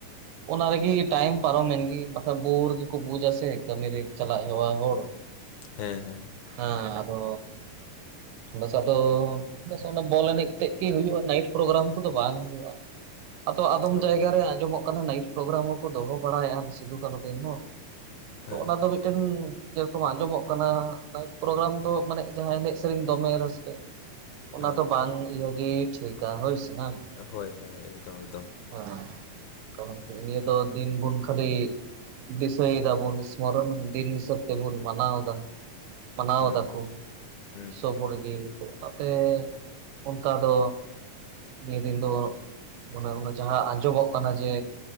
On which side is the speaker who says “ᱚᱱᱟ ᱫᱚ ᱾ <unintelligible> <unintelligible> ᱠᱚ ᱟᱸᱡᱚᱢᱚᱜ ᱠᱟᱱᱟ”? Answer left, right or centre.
Right